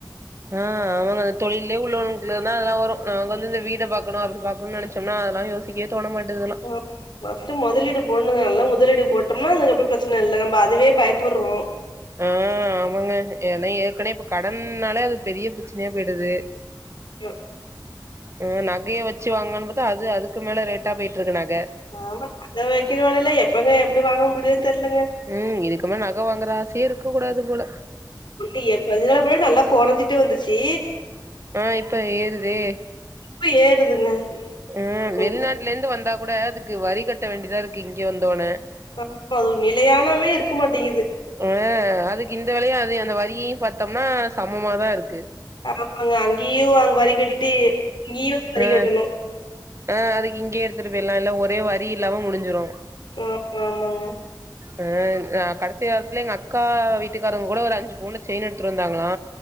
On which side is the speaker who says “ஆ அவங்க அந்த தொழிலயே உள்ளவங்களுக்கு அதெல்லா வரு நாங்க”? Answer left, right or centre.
Right